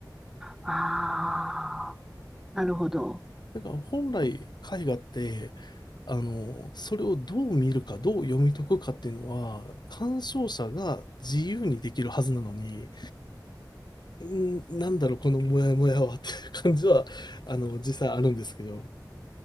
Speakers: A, in the centre; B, on the left.
A: ああ、なるほど。
B: なんか本来絵画って、あの、それをどう見るか、どう読み解くかっていうのは、鑑賞者が自由にできるはずなのに、うんなんだろう、このモヤモヤはっていう感じは、あの、実際あるんですけど。